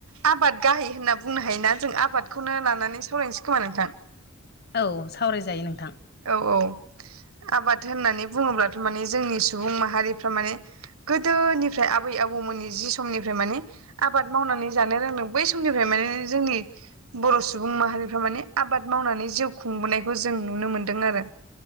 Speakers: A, on the right (about 80°); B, on the left (about 45°).
A: आबाद गाहाय होनना बुंनो हायोना जों आबादखौनो लानानै सावरायसै खोमा नोंथां
B: औ सावरायजायो नोंथां
A: औ औ आबाद होननानै बुंङोब्लाथ' माने जोंनि सुबुं माहारिफ्रा माने गोदोनिफ्राय आबै आबौमोननि जि समनिफ्राय माने आबाद मावनानै जानो रोंदों बै समनिफ्राय माने जोंनि बर' सुबुं माहारिफ्रा माने आबाद मावनानै जिउ खुंबोनायखौ जों नुनो मोनदों दों आरो